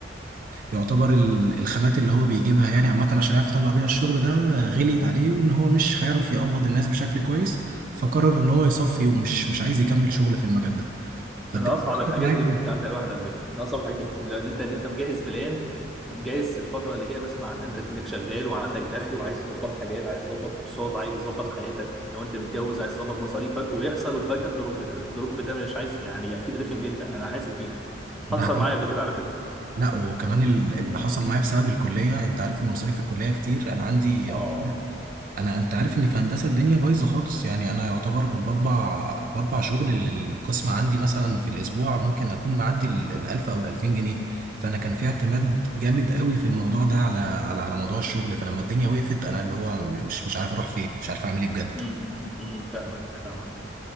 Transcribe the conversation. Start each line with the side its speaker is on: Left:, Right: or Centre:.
Right: ويعتبر ال- الخامات اللي هو بيجيبها يعني عامة عشان يعرف يطلع بيها الشغل ده غليت عليه وإن هو مش هيعرف يقبض الناس بشكل كويس فقرر إن هو يصفي ومش مش عايز يكمل شغل في المجال ده فالدنيا
Centre: من اصعب
Right: اتفرقت
Centre: الحاجات
Right: معايا
Centre: اللي
Right: جامد
Centre: ممكن تعدي على الواحد على فكره من اصعب الحاجات اللي ممكن لان انت ان انت مجهز بلان ومجهز الفتره اللي جايه مثلا عن انت انك شغال وعندك دخل وعايز تظبط حاجات عايز تظبط كورسات عايز تظبط حياتك لو انت متجوز عايز تظبط مصاريفك ويحصل وفجاه الدروب ده الدروب ده مش عايز يعني اكيد رخم جدا انا حاسس بيك
Right: ده
Centre: حصل
Right: حقيقي
Centre: معايا قبل كده على فكره
Right: لا وكمان ال- اللي حصل معايا بسبب الكلية أنت عارف إن مصاريف الكلية كتير أنا عندي
Centre: اه
Right: انا انت عارف ان في هندسه الدنيا بايظه خالص يعني انا يعتبر بطبع بطبع شغل للقسم عندي مثلا في الاسبوع ممكن اكون معدي ال- الالف او الالفين جنيه فانا كان في اعتماد جامد قوي في الموضوع ده على على على موضوع الشغل فلما الدنيا وقفت انا اللي هو مش مش عارف اروح فين مش عارف اعمل ايه بجد
Centre: أمم، أمم، فاهمك فاهمك